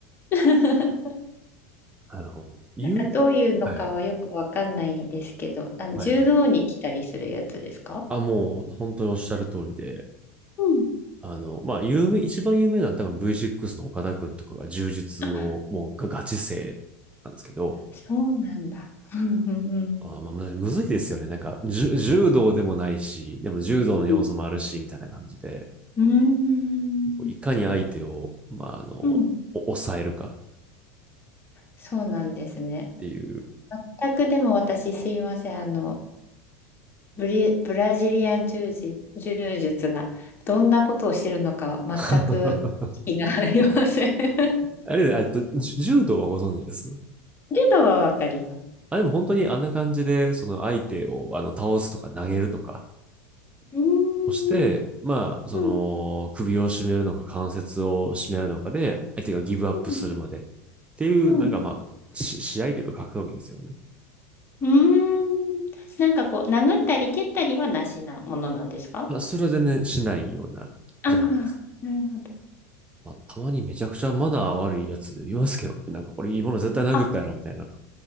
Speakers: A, on the left; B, on the right.
A: <laughs>
B: あの、遊園、
A: なんかどういうのかはよくわかんないんですけど、
B: はい、
A: あの柔道に来たりするやつですか
B: はい、はい。あ、もう本当におっしゃる通りで、
A: うん。
B: あの、まあ、有名、一番有名なのは多分 V6 の岡田くんとかが柔術の、
A: あ、
B: もうがガチ勢なんですけど、
A: そうなんだ。うんうんうん。
B: あ、まあ、むむずいですよね。なんか、じゅ柔道でもないし、でも柔道の要素もあるし、
A: うん。
B: みたいな感じで、
A: うん。
B: こういかに相手を、まあ、あの、
A: うん。
B: お抑えるか
A: そうなんですね。
B: っていう。
A: 全くでも私すいません。あの、ブリ、ブラジリアン柔術、柔術がどんなことをしてるのか全く気がありません。
B: <laughs>
A: <laughs>
B: あれ、えっと、じゅ柔道はご存知です
A: 柔道はわかります。
B: あ、でも本当にあんな感じで、その相手を、あの、倒すとか投げるとか、
A: うーん。
B: をして、まあ、その、
A: うん。
B: 首を絞めるのか関節を絞めるのかで、相手がギブアップするまでっ
A: うん。
B: ていう、
A: うん
B: なんかまあ、し試合というか格闘技ですよね。
A: うーん。なんかこう、殴ったり蹴ったりはなしなものなんですか
B: まあ、それは全然しないようなジャンルです。
A: ああ、なるほど。
B: まあ、たまにめちゃくちゃマナー悪いやついますけどね、なんかこれいいもの絶対殴ったやろみたいな。
A: あ、